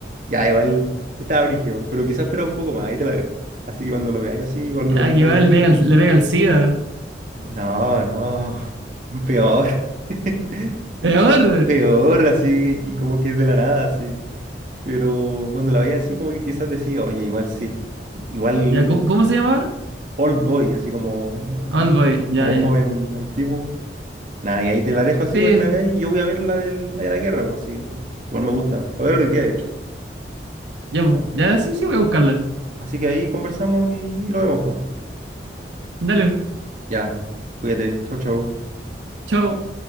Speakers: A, on the right; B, on the right.
A: ya igual estaba brígido, pero quizás esperaba un poco más, ahí te la dejo. Así que cuando lo veáis así, igual
B: Ya,
A: me contáis,
B: que va, le pega, el- le pega el SIDA.
A: no, no, peor, <laughs>
B: Peor.
A: peor, así, y como que es de la nada, así. Pero cuando la veía así, como que quizás decía, oye, igual sí, igual
B: Ya, ¿cómo, cómo se llama?
A: old boy, así como,
B: Old Boy,
A: como
B: ya, ya,
A: joven
B: ya.
A: antiguo. Nada, y ahí te la dejo así
B: Sí,
A: para que la veáis. Yo voy a ver la del- la de la guerra, pues sí. Igual me gusta. La voy a ver hoy día, de hecho.
B: ya, pues,
A: Vale.
B: ya, sí, sí, voy a buscarla.
A: Así que ahí conversamos y lo vemos, pues.
B: Dale,
A: Ya. Cuídate. Chau, chau.
B: chao.